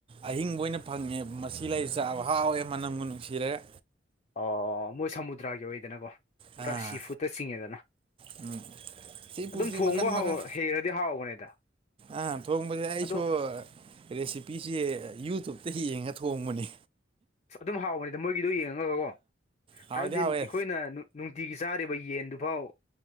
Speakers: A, on the right; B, on the left.
A: ꯑꯍꯤꯡꯕ ꯑꯣꯏꯅ ꯐꯪꯉꯦ ꯃꯁꯤ ꯂꯩ ꯆꯥꯕ ꯍꯥꯎꯋꯦ ꯃꯅꯝꯒ ꯅꯨꯡꯁꯤꯔꯒ
B: ꯑꯣ ꯃꯣꯏ ꯁꯃꯨꯗ꯭ꯔꯥꯒꯤ ꯑꯣꯏꯗꯅꯀꯣ ꯄꯨꯔꯥ
A: ꯑꯥ
B: ꯁꯤ ꯐꯨꯠꯇ ꯆꯤꯡꯉꯦꯗꯅ
A: ꯎꯝ ꯁꯤ ꯐꯨꯠꯇꯤ
B: ꯑꯗꯨꯝ ꯊꯣꯡꯕ
A: ꯃꯈꯟ
B: ꯍꯧ
A: ꯃꯈꯟ
B: ꯍꯩꯔꯗꯤ ꯍꯥꯎꯕꯅꯦꯗ
A: ꯑꯥ ꯊꯣꯡꯕꯁꯦ ꯑꯩꯁꯨ
B: ꯑꯗꯣ
A: ꯔꯦꯁꯤꯄꯤꯁꯦ ꯌꯨꯇꯨꯨꯞꯇ ꯌꯦꯡꯉ ꯊꯣꯡꯕꯅꯦ꯫
B: ꯑꯁ ꯑꯗꯨꯝ ꯍꯥꯎꯕꯅꯤꯗ ꯃꯣꯏꯒꯤꯗꯣ ꯌꯦꯡꯉꯒꯒꯀꯣ
A: ꯍꯥꯎꯗꯤ
B: ꯍꯥꯏꯕꯗꯤ
A: ꯍꯥꯎꯋꯦ
B: ꯑꯩꯈꯣꯏꯅ ꯅꯨ ꯅꯨꯡꯇꯤꯒꯤ ꯆꯥꯔꯤꯕ ꯌꯦꯟꯗꯨꯐꯥꯎ